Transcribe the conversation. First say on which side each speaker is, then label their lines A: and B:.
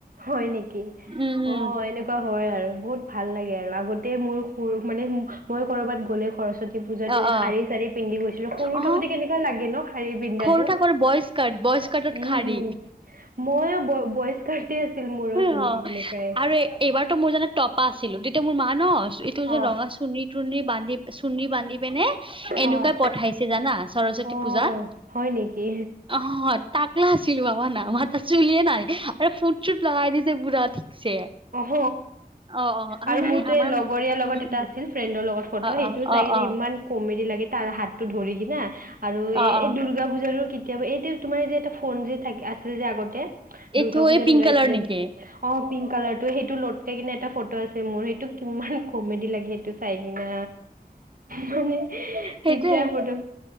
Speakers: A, on the right (about 60°); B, on the right (about 30°).
A: হয় নেকি?
B: উম উম
A: অ এনেকুৱা হয় আৰু বহুত ভাল লাগে আৰু, আগতে মোৰ পৰু মানে মই কৰ'ৰবাত গ'লে সৰস্বতী পুজাটোৱে
B: অ অ
A: শাৰী চাৰী পিন্ধি গৈছিলোঁ, সৰু
B: অ
A: থাকোতে কেনেকুৱা লাগে ন? শাৰী পিন্ধাটো,
B: সৰু থাকোতে বইজ কাট বইজ কাটত
A: উম
B: শাৰী
A: উম মই বয়স্কাৰ তে আছিল মোৰো
B: অ
A: চুলি সেনেকাই।
B: আৰু এইবাৰতো মোৰ জানা টপা আছিলো, তেতিয়া মোৰ মা ন এইটো যে
A: অ',
B: ৰঙা চুনি তুণি বান্ধি চুণনি বান্ধি পিনে এনেকুৱাই
A: অ',
B: পঠাইছে জানা সৰস্বতী
A: অ',
B: পূজাত।
A: হয় নেকি?
B: অ তাকলা আছিলো বাবা নামাত চুলিয়ে নাই আৰু ফুট চুট লগাই দিছে পোৰা ঠিকছে।
A: অহ।
B: অ অ
A: আৰু
B: মানে
A: মোৰতো
B: আমাৰ
A: লগৰীয়াৰ লগত
B: উম
A: এটা
B: উম
A: আছিল, ফ্ৰেণ্ডৰ লগত ফটো
B: অ
A: সেইটোও
B: অ
A: চাই
B: অ
A: কিনে
B: অ
A: ইমান কমেদি লাগে তাৰ হাতটো ধৰি কিনা আৰু
B: অ
A: এ
B: অ
A: এই দুৰ্গা পূজাৰো কেতিয়াবা এইটো তোমাৰ যে এইটো ফোন যে আছিল যে আগতে, দুৰ্গা
B: এইটো
A: পূজাত
B: এই পিংক
A: ওলাইছিলে,
B: কালাৰ নেকি
A: অ পিংক কালাৰ ত সেইটো লতকাই কিনে এটা ফটো আছে মোৰ সেইটো কিমান কমেডি লাগে সেইটো। চাই কিনা মানে তেতিয়া
B: সেইটোয়ে
A: ফটো।